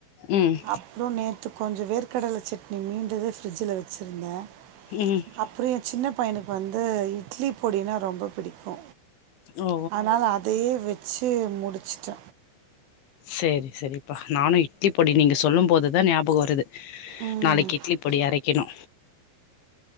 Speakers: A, on the left; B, on the right.
A: ம்
B: அப்றொ நேத்து கொஞ்ச வேர்க்கடல சட் னி மீந்தது ஃப்ரிட்ஜுல வச்சுருந்தே
A: ம்
B: அப்ற எ சின்ன பையனுக்கு வந்து இட்லி பொடினா ரொம்ப பிடிக்கு
A: ஓ
B: ஆனால அ தையே வச்சு முடுச்சுட்ட
A: சேரி செரிப்பா நானு இட்லி பொடி நீங்க சொல்லும் போதுதா ஞாபக வருது
B: ம்
A: நாளைக்கி இட்லி பொடி அரை க்கெனு